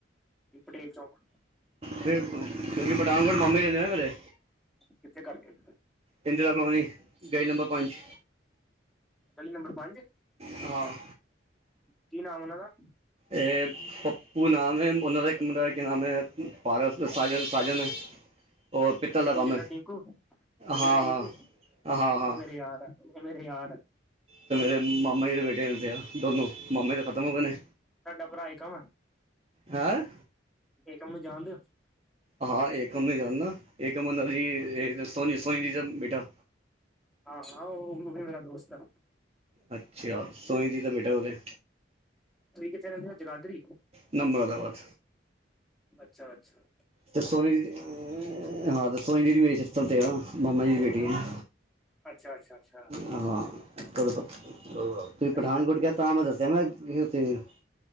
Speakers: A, in the centre; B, on the right.
A: ਪਟੇਲ ਚੋਕ-
B: ਫਿਰ ਤ <unintelligible> ਕਿਉਕਿ ਪਠਾਨਕੋਟ ਮਾਮੇ ਰਹਿੰਦੇ ਐ ਨਾ ਮੇਰੇ
A: ਕਿਥੇ ਕਰਕੇ
B: ਇੰਦਰਾ ਕਲੋਨੀ ਗਲੀ ਨੰਬਰ ਪੰਜ-
A: ਗਲੀ ਨੰਬਰ ਪੰਜ
B: ਹਾਂ
A: ਕੀ ਨਾਮ ਉਹਨਾ ਦਾ-
B: ਏ ਪੱਪੂ ਨਾਮ ਆ ਉਹਨਾ ਦਾ, ਇਕ ਮੁੰਡਾ ਦਾ ਜੀ ਨਾਮ ਅ ਪਾਰਸ ਤੇ ਸਾਜਨ ਸਾਜਨ-
A: <inaudible>
B: ਉਹ ਪਿੱਤਲ
A: ਤੇ
B: ਦਾ
A: ਦੂਜਾ
B: ਕੰਮ ਹੈ
A: ਟਿੰਕੂ, ਦੂਜੇ
B: ਹਾਂ
A: ਦਾ ਟਿੰਕੂ
B: ਹਾਂ ਹਾਂ ਹਾਂ
A: ਉਹ ਮੇਰੇ ਯਾਰ ਮੇਰੇ ਯਾਰ-
B: ਤੇ ਮੇਰੇ ਮਾਮਾ ਜੀ ਦੇ ਬੇਟੇ ਰਹਿੰਦੇ ਆ ਦੋਨੋਂ ਮਾਮੇ ਤਾਂ ਖਤਮ ਹੋ ਗਏ ਨੇ-
A: ਤਾਡਾ ਭਰਾ ਏਕਮ ਐ।
B: ਹੈਂ।
A: ਏਕਮ ਨੂੰ ਜਾਣਦੇ ਓ?
B: ਹਾਂ ਏਕਮ ਨੂੰ ਜਾਣਨਾ, ਹਾਂ ਏਕਮ ਓਨਾ ਦੀ ਸੋਨੀ- ਸੋਨੀ ਜੀ ਦਾ ਬੇਟਾ-
A: ਹਾਂ- ਹਾ ਉਵੀ ਮੇਰਾ ਦੋਸਤ ਐ।
B: ਅਛਾ ਸੋਨੀਜੀ ਦਾ ਬੇਟਾ ਉਹਤੇ।
A: ਤੁਸੀ ਕਿਥੇ ਰਹਿੰਦੇ ਹੋ ਜਗਾਧਰੀ
B: ਨਾ ਮੁਰਾਦਾਬਾਦ
A: ਅਛਾ-ਅਛਾ-
B: ਤੇ ਸੋਨੀ ਜੀ ਦੀ ਹੂੰ, ਤੇ ਸੋਨੀ ਦੀਦੀ ਮੇਰੇ ਸਿਸਟਮ 'ਤੇ ਆ ਮਾਮਾ ਜੀ ਦੀ ਬੇਟੀ ਆ-
A: ਅੱਛਾ ਅੱਛਾ ਅੱਛਾ
B: ਹਾਂ <unintelligible> ਤੁਸੀ ਪਠਾਨਕੋਟ
A: ਅੱਛਾ ਜੀ ਅੱਛਾ
B: ਕੇਹਾਂ ਤਾਂ ਮੈਂ ਦੱਸ- <unintelligible>